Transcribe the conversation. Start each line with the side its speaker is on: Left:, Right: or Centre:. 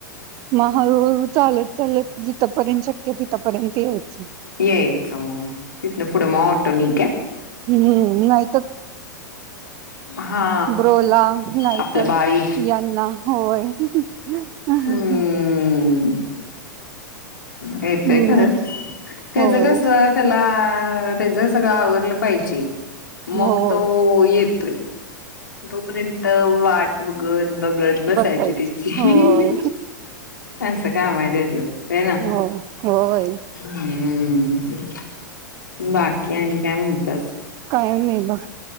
Right: मग हळूहळू चालत चालत जिथपर्यंत शक्य तिथपर्यंत यायचं.
Left: यायच तिथन पुढं मोठ नक आहे
Right: हम्म आय
Left: हा
Right: ब्रोला नाहीतर
Left: आपलं बाळी
Right: यांना होय. हम्म
Left: हम् येतय
Right: हम्म
Left: खरं त्याच
Right: होय
Left: कस त्याला त्याच सगळं आवरलं पाहिजे मग
Right: हो
Left: तो येतोय तोपर्यंत वाट बघत बघत बसायची
Right: बसायच
Left: त्याची
Right: होय.
Left: असं काम आहे त्याच हो ना
Right: हो होय
Left: हम् बाकी आणि काय म्हणतस
Right: काय नाही बघ